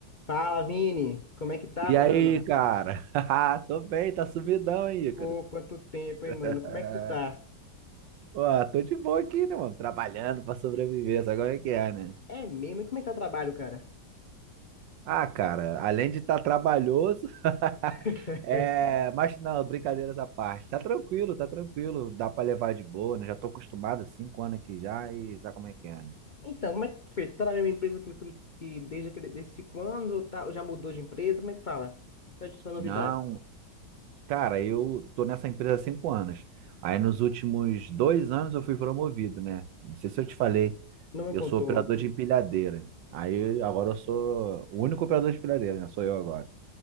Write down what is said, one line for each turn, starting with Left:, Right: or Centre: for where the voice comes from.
Left: Fala, Vini! Como é que tá,
Right: E
Left: mano?
Right: aí, cara? <laughs> Tô bem, tá sumidão aí, Ícaro.
Left: Pô, quanto tempo, hein, mano?
Right: É,
Left: Como é que tu tá?
Right: Ó, tô de boa aqui, né, mano? Trabalhando pra sobreviver, sabe como é que é, né?
Left: É mesmo? E como é que tá o trabalho, cara?
Right: Ah, cara, além de estar trabalhoso, <laughs>
Left: <laughs>
Right: é. Mas não, brincadeiras à parte. Tá tranquilo, tá tranquilo. Dá pra levar de boa, né? Já tô acostumado há cinco anos aqui já e sabe como é que é, né?
Left: Então, como é que foi? tá na mesma empresa que tu que desde que, desses cinco anos ou, tá, ou já mudou de empresa? Como é que fala? Quais são as novidades?
Right: Não, Cara, eu tô nessa empresa há cinco anos. Aí nos últimos dois anos eu fui promovido, né? Não sei se eu te falei,
Left: Não me
Right: eu
Left: contou,
Right: sou operador
Left: cara.
Right: de empilhadeira. Aí agora eu sou o único operador de empilhadeira, né? Sou eu agora.